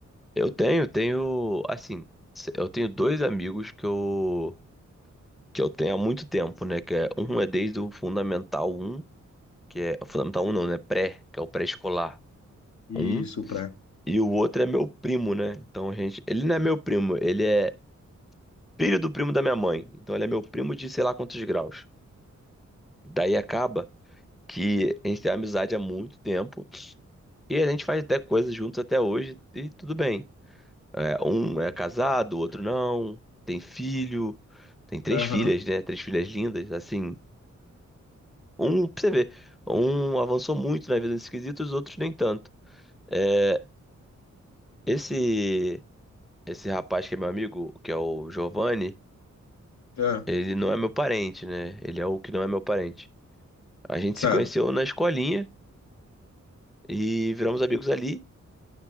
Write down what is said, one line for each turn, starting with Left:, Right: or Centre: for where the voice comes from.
Centre: Eu tenho, tenho, assim, se- eu tenho dois amigos que eu que eu tenho há muito tempo, né? Que é, um é desde o Fundamental um, que é o Fundamental um não, né? Pré, que é o pré-escolar
Left: Isso,
Centre: um.
Left: pré.
Centre: e o outro é meu primo, né? Então, gente, ele não é meu primo, ele é filho do primo da minha mãe. Então, ele é meu primo de sei lá quantos graus. Daí acaba que a gente tem amizade há muito tempo e a gente faz até coisas juntos até hoje e tudo bem. É, um é casado, o outro não, tem filho, tem três
Left: Aham,
Centre: filhas, né? Três filhas lindas, assim. Um, pra você ver, um avançou muito na vida nesse quesito, os outros nem tanto. É, esse esse rapaz que é meu amigo, que é o Giovanni,
Left: é,
Centre: ele não é meu parente, né? Ele é o que não é meu parente. A gente
Left: certo.
Centre: se conheceu na escolinha e viramos amigos ali.